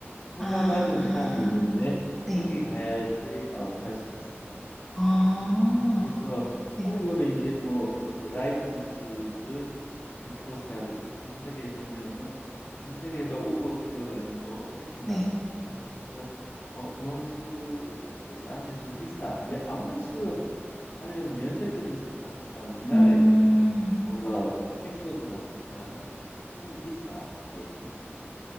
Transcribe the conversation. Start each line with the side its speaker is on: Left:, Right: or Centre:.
Left: 허가받은
Centre: 아.
Left: 샵이 있는데
Centre: 네.
Left: 거기 가야지 어, 살 수 있어.
Centre: 아.
Left: 그래서
Centre: 네.
Left: 그런 거는 이제 뭐 이렇게 라이선스드 리코세압 이런 거 검색해 보면은 검색해가 우버 불러가지고 택시나
Centre: 네.
Left: 타고 가서 어 좋은 술을 사는데 좀 비싸. 미- 아무래도 술은 사려면 면세점에서 사거나 우리나라에서
Centre: 음.
Left: 몰라 뭐 팩소주 같은 거 사는 게 좋지. 술이 비싸 그 대신에.